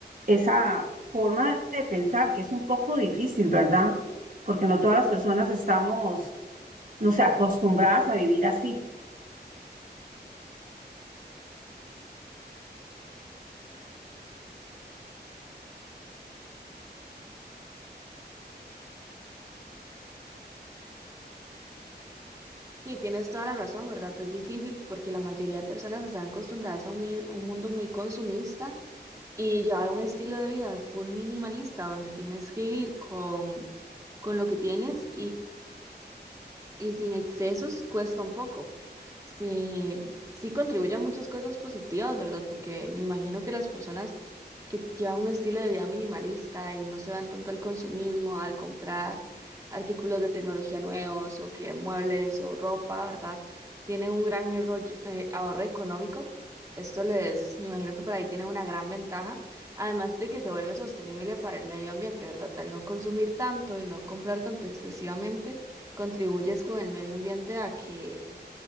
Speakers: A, on the right; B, on the right.
A: esa forma de pensar, que es un poco difícil, ¿verdad? porque no todas las personas estamos, no sé, acostumbradas a vivir así.
B: Sí, tienes toda la razón, ¿verdad? Es difícil porque la mayoría de personas están acostumbradas a un, mi- un mundo muy consumista y llevar un estilo de vida full minimalista donde tienes que vivir con, con lo que tienes y sin excesos cuesta un poco. Sí, sí contribuye a muchas cosas positivas, ¿verdad? Porque me imagino que las personas que llevan un estilo de vida minimalista y no se van tanto al consumismo, al comprar artículos de tecnología nuevos o que muebles o ropa, ¿verdad? Tienen un gran erro- eh, ahorro económico. Esto les, me imagino que por ahí tienen una gran ventaja, además de que se vuelve sostenible para el medio ambiente, ¿verdad? Al no consumir tanto y no comprar tanto excesivamente contribuyes con el medio ambiente a que